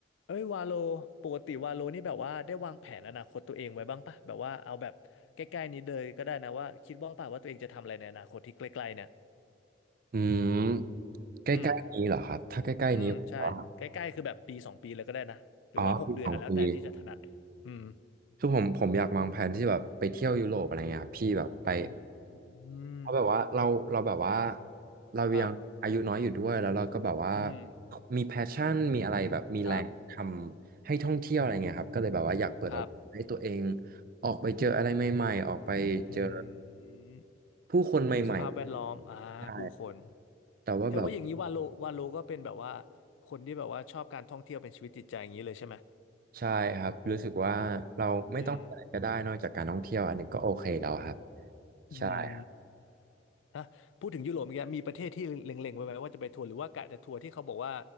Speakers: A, on the left; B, on the right.
A: เอ้ยวาโลปกติวาโลนี่แบบว่าได้วางแผนอนาคตตัวเองไว้บ้างปะแบบว่าเอาแบบใกล้ๆนี้เลยก็ได้นะว่าคิดว่างปะว่าตัวเองจะทำอะไรในอนาคตที่ใกล้ๆเนี่ย
B: อืมใกล้ๆนี้เหรอครับถ้าใกล้ๆนี้ผมว่า
A: อืมอืมใช่ใกล้ๆคือแบบปีสองปีเลยก็ได้นะหรือว่าหกเดือนอ่ะแล้วแต่ที่จะถนัดอืม
B: อ๋อปีสองปีคือผมผมอยากวางแผนที่แบบไปเที่ยวยุโรปอะไรเงี้ยครับพี่แบบไป
A: อืม
B: เพราะแบบว่าเราเราแบบว่าเรายังอายุน้อยอยู่ด้วยแล้วเราก็แบบว่า
A: ครับอืม
B: มีแพชชั่นมีอะไรแบบมีแรงทำให้ท่องเที่ยวอะไรเงี้ยครับก็เลยแบบว่าอยากเปิดโอกาสให้ตัวเอง
A: ครับครับ
B: ออกไปเจออะไรใหม่ๆออกไปเจอ
A: อืม
B: ผู้คนใหม่
A: สภาพแวดล้อมอ่าผู้คน
B: ๆใช่แต่ว่าแบบ
A: แค่ว่าอย่างนี้วาโลวาโลก็เป็นแบบว่าคนที่แบบว่าชอบการท่องเที่ยวเป็นชีวิตจิตใจอย่างนี้เลยใช่ไหม
B: ใช่ครับรู้สึกว่าเราไม่ต้องมีอะไรก็ได้นอกจากการท่องเที่ยวอันนี้ก็โอเคแล้วครับ
A: อืมอืม
B: ใช่ครับ
A: ฮะพูดถึงยุโรปเมื่อกี้มีประเทศที่เล็งๆไว้ไหมว่าจะไปทัวร์หรือว่ากะจะทัวร์ที่เขาบอกว่า